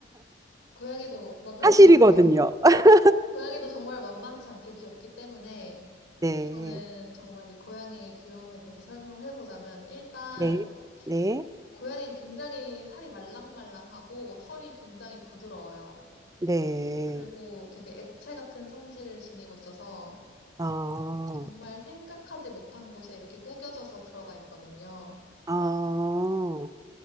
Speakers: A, on the left; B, on the right.
A: 고양이도 만만치
B: 사실이거든요.
A: 않게 <laughs>
B: <laughs>
A: 고양이도 정말 만만치 않게 귀엽기 때문에
B: 네.
A: 저는 정말 이 고양이의 귀여움에 대해서 설명을 해보자면, 일단,
B: 네. 네.
A: 고양이는 굉장히 살이 말랑말랑하고 털이 굉장히 부드러워요.
B: 네.
A: 그리고 되게 액체 같은 성질을 지니고 있어서
B: 아,
A: 정말 생각하지 못한 곳에 이렇게 구겨져서 들어가 있거든요.
B: 아,